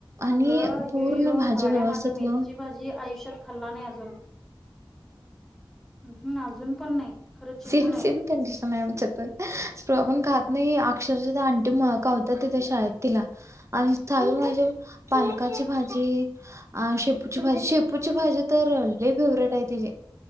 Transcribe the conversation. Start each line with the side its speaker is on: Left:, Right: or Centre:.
Right: आणि
Centre: अगं हियो
Right: पूर्ण भाजी
Centre: भाड्या
Right: व्यवस्थित
Centre: माझा मेथीची
Right: लाऊन
Centre: भाजी आयुष्यात खाल्ला नाही अजून हम्म अजून पण नाही खरं चिमू
Right: सेम
Centre: नाही
Right: सेम कंडिशन आहे आमच्या पण स्टॉ आपण खहात नाही अक्षरश आणंटी मुळ त शाळेत तिला आणि साू म्हणजे पालकाची भाजी शेपूची भाजी शेपूची भाजी तर लय फेवरेट आहे ति